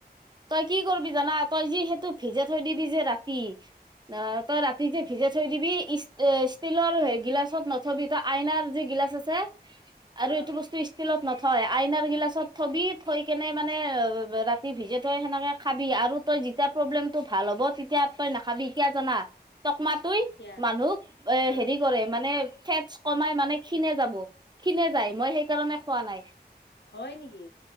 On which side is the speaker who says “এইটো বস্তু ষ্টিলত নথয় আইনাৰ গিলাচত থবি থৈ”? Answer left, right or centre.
Right